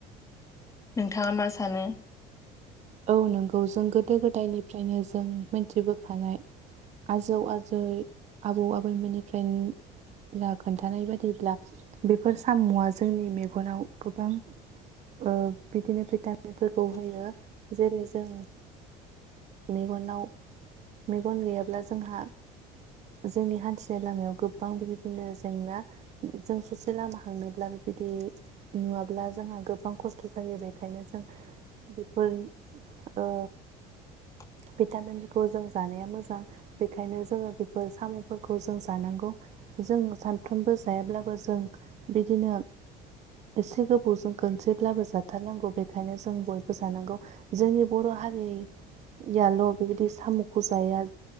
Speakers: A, on the left; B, on the right.
A: नोंथांङा मा सानो?
B: औ नोंगौ जों गोदो गोदायनिफ्रायनो जों मिनथिबोखानाय आजौ आजै आबौ आबैमोननिफ्रायन ब्ला खोन्थानाय बायदिब्ला बेफोर साम'आ जोंनि मेगनाव गोबां ओ बिदिनो भिटामिनफोरखौ होयो जेरै जों मेगनाव मेगन गैयाब्ला जोंहा जोंनि हान्थिनाय लामायाव गोबां बेबायदिनो जेंना जों ससे लामा हांनोब्ला बि बिदि नुवाब्ला जोंहा गोबां खस्थ' जायो बेखायनो जों बि मोन ओ
A: <inaudible>
B: भिटामिनफोरखौ जों जानाया मोजां बेखायनो जोङो बेफोर साम'फोरखौ जों जानांगौ। जों सानफ्रोमबो जायाब्लाबो जों बिदिनो एसे गोबावजों खनसेब्लाबो जाथारनांगौ बेखायनो जों बयबो जानांगौ जोंनि बर' हारि याल' बेबायदि साम'खौ जाया।